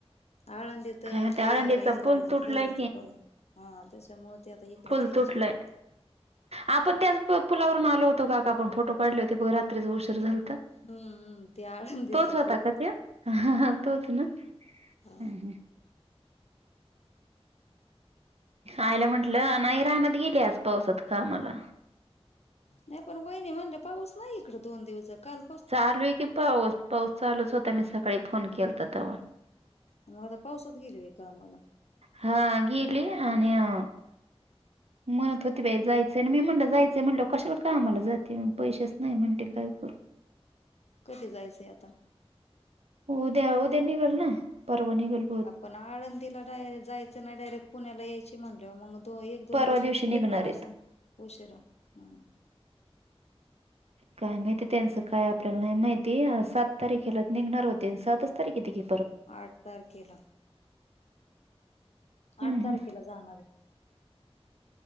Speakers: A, on the left; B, on the right.
A: आळंदी तर
B: काय म्हणते
A: त्या
B: आळंदीचा
A: इंद्रायनी
B: पूल तुटलाय
A: <unintelligible> वीच परणी हा तेच. त्याच्यामुळ ते आता. इकडच
B: फुल
A: यायची
B: तुटलंय.
A: म्हणे.
B: आपण त्याच पु पुलावरून आलो होतो, का का आपण फोटो काढले होते, बघ रात्रीचं उषर झालं त
A: हम्म ते आळंदीचा
B: तोच होता
A: पूल
B: का तो हा हा तोच ना.
A: हा
B: हम् हम्. आईला म्हंटलं नाही रानात गेली आज पावसात कामाला.
A: नाही पण वहिणी म्हणलं पाऊस नाही इकडे दोन दिवस काल
B: चालू आहेय की पाऊस पाऊस चालूच होता, मी सकाळी फोन केला तर तेव्हा.
A: मग आता पाऊसात गेल काय कामाला.
B: हा गेली आणि अ म्हणत होते बाई जायचंय आणि मी म्हणलंव जायचंय म्हणलंव कशाला कामला जाते पैसेच नाही म्हणते काय करू.
A: कधी जायचंय आता.
B: उद्या, उद्या निगल ना परवा निगल.
A: आपण आळंदीलाडायरट जायचं नाही डायरेक्ट पुण्याला यायची म्हणल्याव मग तुवा एक दोन
B: परवा
A: दिवस
B: दिवशी
A: लेट निघणार
B: आहेत.
A: असन उशीरा ह
B: काय माहितीय त्यांचं काय आपल्याला नाही माहिती सात तारीखेला निघणार होते, सातच तारीखे ते कि
A: आठ तारखेला
B: हम्म
A: आठ
B: हम्म.
A: तारखेला जाणार आहे.